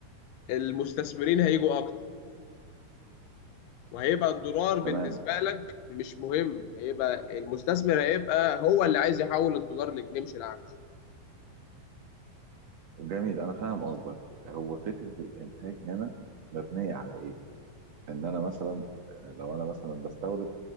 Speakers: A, on the left (about 80°); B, on the right (about 60°).
A: المستثمرين هيجوا اكتر وهيبقى الدولار بالنسبة
B: تمام
A: لك مش مهم هيبقى المستثمر هيبقى هو اللي عايز يحول الدولار لجنيه مش العكس
B: جميل انا فاهم قصدك هو فكره الانتاج هنا مبنيه على ايه؟ ان انا مثلا آه، لو انا مثلا بستورد